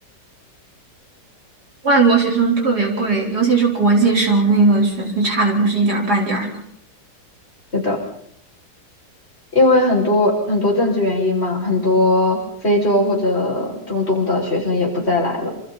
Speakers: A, on the right; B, on the left.
A: 外国学生特别贵，尤其是国际生，那个学费差的不是一点儿半点儿的。
B: 是的，因为很多很多政治原因嘛，很多非洲或者中东的学生也不再来了，